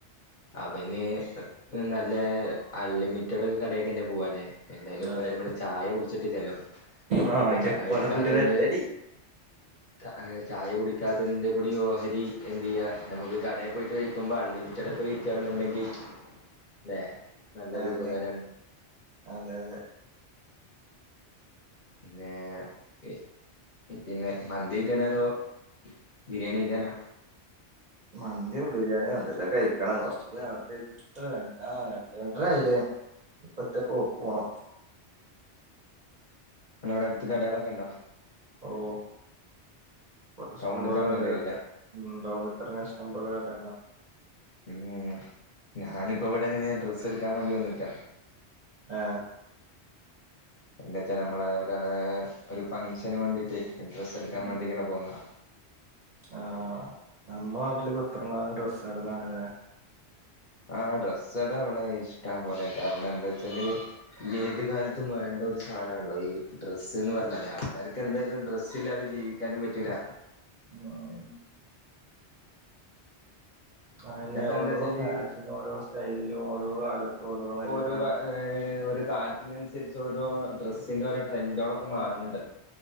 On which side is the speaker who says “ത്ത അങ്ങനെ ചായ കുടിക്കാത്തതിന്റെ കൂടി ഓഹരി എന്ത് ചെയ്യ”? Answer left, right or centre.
Left